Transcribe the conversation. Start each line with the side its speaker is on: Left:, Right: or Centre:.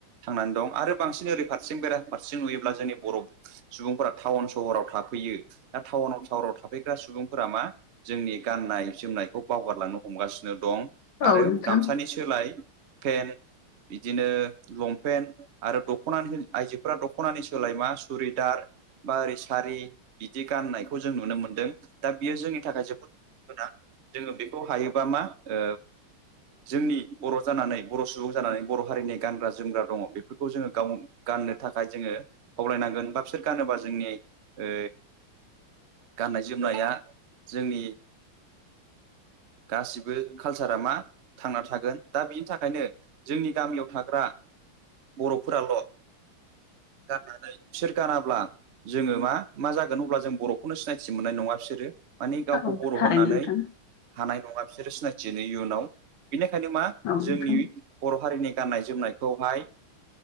Right: थांनानै दं आरो बांसिन ओरै फारसे बेराफारसे नुयोब्ला जोंनि बर' सुबुंफोरा टाउन सहराव थाफैयो। दा टाउन टाउराव थाफैग्रा सुबुंफोरा मा जोंनि गान नाय जोमनायखौ बावगारलांनो हमगासिनो दं आरो
Left: औ नोंथां
Right: गामसानि सोलाय पेन्ट बिदिनो लंपेन्ट आरो दख'ना आइजोफोरा दख'ना दख'नानि सोलायमा सुरिदार बा ओरै सारि बिदि गाननायखौ जों नुनो मोनदों। दा बियो जोंनि थाखाय जोबोद मोना <inaudible> जोङो बेखौ हायोबा मा? ओ जोंनि बर' जानानै बर' सुबुं जानानै बर' हारिनि गानग्रा जोमग्रा दङ बेफोरखौ जोङो गाव गाननो थाखाय जोङो खावलायनांगोन बा बिसोर गानोबा जोंनि ओ गाननाय जोमनाया जोंनि
Left: <unintelligible>
Right: गासिबो कालसारा मा थांना थागोन दा बिनि थाखायनो जोंनि गामियाव थाग्रा बर'फोराल' गाननानै सोर गानाब्ला जोङो मा मा जागोन अब्ला जों बर'खौनो सिनायथि मोननाय नङा बिसोरो मानि गावखौ
Left: औ
Right: बर'
Left: थारैनो
Right: होननानै
Left: नोंथां
Right: हानाय नङा बिसोरो सिनायथियो इयुनाव बेनिखाय ओंखायनो मा
Left: औ
Right: जोंनि
Left: नोंथां
Right: बर' हारिनि गाननाय जोमनाय खौहाय